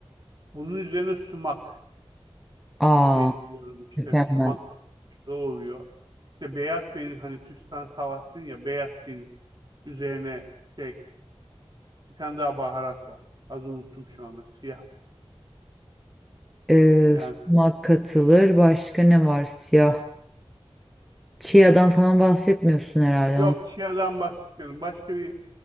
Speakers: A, on the right; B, in the centre.
A: bunun üzerine sumak
B: Aa
A: gezdiriyorum işte.
B: mükemmel.
A: Sumakla güzel oluyor. İşte beyaz peynir hani Türkistan kahvaltısının ya beyaz peynir üzerine şey Bir tane daha baharat var. Az unuttum şu anda. Siyah.
B: Ee,
A: Yani
B: sumak katılır. Başka ne var? Siyah. Chia'dan falan bahsetmiyorsun herhalde.
A: yok
B: Onu.
A: siyahdan bahsetmiyorum. Başka bir